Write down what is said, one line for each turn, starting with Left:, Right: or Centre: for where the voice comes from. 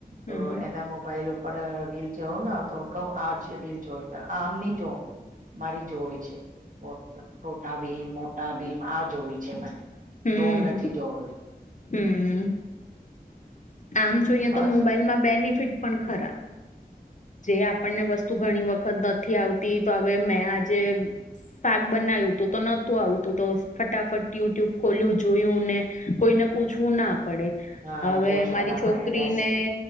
Right: તો
Left: હમ
Right: એના મોબાઈલ ઉપર વલ જવં ને તો કઉ આ જે ર જો આમ નહી જોઉ મારી જોવી છે છટા ભીમ મોટા ભીમ આ જોવી છે છે મને
Left: હમ
Right: સોગ નથી જોવે
Left: હમ આમ જોઈએ
Right: ઓર
Left: તો મોબાઈલમાં બેનિફિટ પણ ખરા જે આપણને વસ્તુ ઘણી વખત નથી આવતી તો હવે મેં આજે શક બનાવ્યું તું તો નોત આવતું તો ફટાફટ યુ ટ્યુબ ખોલ્યું જોયું ને કોઈને પૂછવું ના પડે
Right: હા
Left: હવે
Right: પૂછવા
Left: મારી
Right: ના
Left: છોકરીને
Right: પડે બેસી